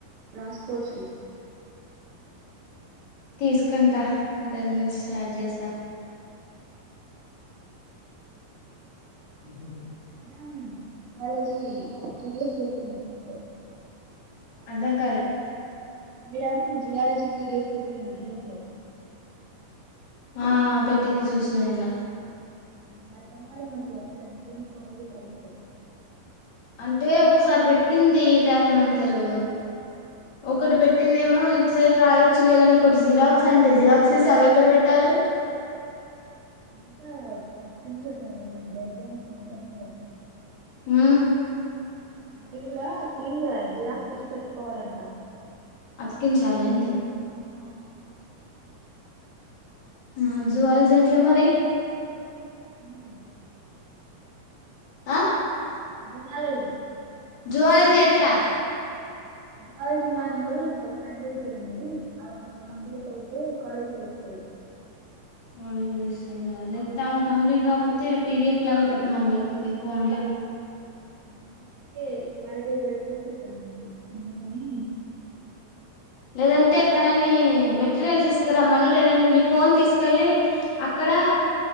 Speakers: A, on the right; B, on the left.
A: రాసుకోవచ్చు
B: తీసుకుంటా ఈరోజు నుంచి స్టార్ట్ చేస్తా ఉ ఉ హు
A: అం వాళ్ళ ఈ ప్రీవియస్ <unintelligible> తో
B: అద్దం కాలే
A: మేడం జియాలజీ పిడిఎఫ్ పెట్టింది గ్రూప్ లో
B: ఆ పెట్టింది చూసిన నిన్న
A: వర్థంకాల నకు క్సె కోలజ్ తడుట
B: అంటే ఒకసారి పెట్టింది దదేమంటారు ఒకటి పెట్టిందేమో ఇ సైడ్ రాయొచ్చు లే కానీ ఇంకోటి జిరాక్స్ అంటే జిరాక్స్ తీసి అవి ఎక్కడ పెట్టాలి
A: ఎంద అప్పు చెడ దైవం సుంద మడ
B: హ
A: అదివరా తీజద జిరాక్స్ తీజ పెట్టుకోవాలంట
B: తకిించాల అండి
A: ఆ
B: ఆ జవాల చెట్ల మరి
A: అరి
B: ఆ
A: అదంగాలను
B: జువాలజ ఎట్లా
A: కాలేజ్ మా్యాన ఇంకొ ఫ్రెండ్ దగ్గర ఉంది అది కంప్లీట్ అయితే కాలేజీ వస్తాడు
B: కాలేజ్ స్గా లేకపోతే ఆమె కంప్లీట్ కాపోతే పిడిఎఫ్ లాగా పెట్టమని లేకపోతే ఫోన్లా
A: నాకే క్లారిటీగా పెడ పెట్టన్నడి అందుకని
B: లేదంటే
A: మ-
B: తనని మెటీరియల్ తీసుకు రమ్మను లేదంటే నీ ఫోన్ తీసుకెళ్ళలి అక్కడ